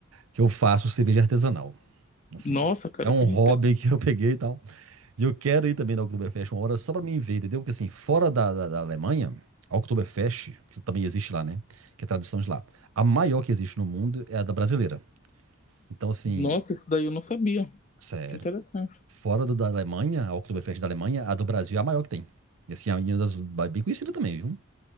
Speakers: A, on the right; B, on the left.
A: Que eu faço cerveja artesanal. Assim,
B: Nossa, cara,
A: é um
B: que
A: hobby
B: inte-
A: que eu peguei e tal. E eu quero ir também na Oktoberfest uma hora só pra mim ver, entendeu? Porque assim, fora da, da, da Alemanha, a Oktoberfest, que também existe lá, né? Que é tradição de lá. A maior que existe no mundo é a da brasileira. Então, assim,
B: Nossa, isso daí eu não sabia.
A: sério.
B: Que interessante.
A: Fora do, da Alemanha, a Oktoberfest da Alemanha, a do Brasil é a maior que tem. E assim, é uma das bem conhecida também, viu?